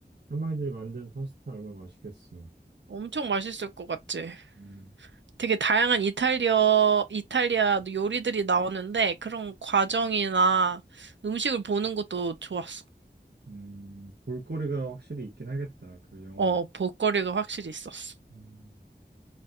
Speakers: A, on the right (about 60°); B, on the right (about 85°).
A: 할머니들이 만든 파스타 얼마나 맛있겠어.
B: 엄청 맛있을 것 같지?
A: 음,
B: 되게 다양한 이탈리아, 이탈리아 요리들이 나오는데 그런 과정이나 음식을 보는 것도 좋았어.
A: 음, 볼거리가 확실히 있긴 하겠다 그 영화에.
B: 어, 볼거리가 확실히 있었어.
A: 음,